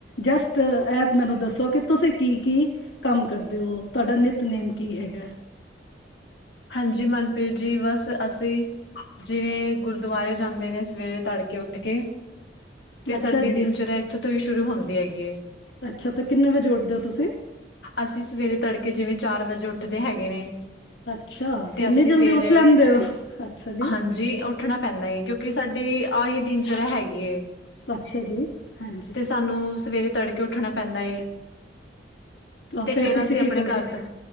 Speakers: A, on the left; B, on the left.
A: ਜਸਟ ਐ ਮੈਨੂੰ ਦੱਸੋ ਕਿ ਤੁਸੀਂ ਕੀ ਕੀ ਕੰਮ ਕਰਦੇ ਓ ਤੁਹਾਡਾ ਨਿੱਤਨੇਮ ਕੀ ਹੈਗਾ
B: ਹਾਂਜੀ ਮਨਪ੍ਰੀਤ ਜੀ ਬਸ ਅਸੀਂ ਜਿਵੇਂ ਗੁਰਦੁਆਰੇ ਜਾਂਦੇ ਨੇ ਸਵੇਰੇ ਤੜਕੇ ਉੱਠ ਕੇ ਤੇ
A: ਅੱਛਾ
B: ਸਾਡੀ
A: ਜੀ
B: ਦਿਨ ਚੜ੍ਹਿਆ ਏਥੇ ਤੋਂ ਈ ਸ਼ੁਰੂ ਹੁੰਦੀ ਹੈਗੀ ਏ
A: ਅੱਛਾ ਤਾਂ ਕਿੰਨੇ ਵਜੇ ਉੱਠਦੇ ਹੋ ਤੁਸੀਂ
B: ਅਸੀਂ ਸਵੇਰੇ ਤੜਕੇ ਜਿਵੇਂ ਚਾਰ ਵਜੇ ਉੱਠਦੇ ਹੈਗੇ ਨੇ
A: ਅੱਛਾ
B: ਤੇ
A: ਇੰਨੀ
B: ਅਸੀਂ
A: ਜਲਦੀ
B: ਫੇਰ
A: ਉੱਠ ਲੈਂਦੇ ਹੋ ਅੱਛਾ ਜੀ
B: ਹਾਂਜੀ ਉੱਠਣਾ ਪੈਂਦਾ ਏ ਕਿਉਂਕਿ ਸਾਡੀ ਆਹੀ ਦਿਨ <unintelligible> ਹੈਗੀ ਏ
A: ਅੱਛਾ ਜੀ ਹਾਂਜੀ
B: ਤੇ ਸਾਨੂੰ ਸਵੇਰੇ ਤੜਕੇ ਉੱਠਣਾ ਪੈਂਦਾ ਏ ਤੇ
A: ਫੇਰ ਤੁਸੀਂ
B: ਅਸੀਂ
A: ਕੀ
B: ਆਪਣੇ
A: ਕਰਦੇ
B: ਘਰ ਦਾ